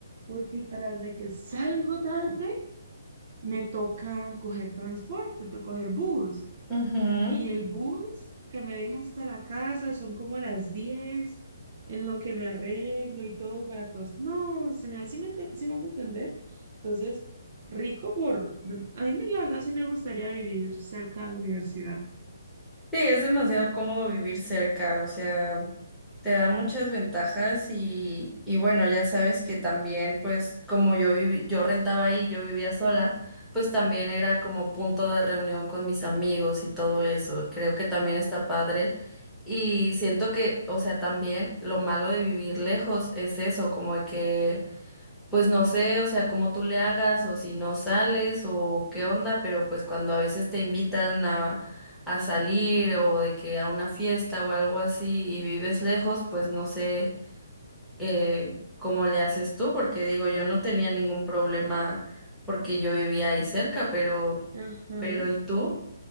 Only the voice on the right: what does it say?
Porque tras de que salgo tarde, me toca coger transporte, toca coger bus.
Y el bus que me deja hasta la casa son como las 10 en lo que me arreglo y todo para cosas. No, se me hace, sí me hago entender. Entonces, rico por... A mí me- la verdad sí me gustaría vivir cerca de la universidad.
Ajá.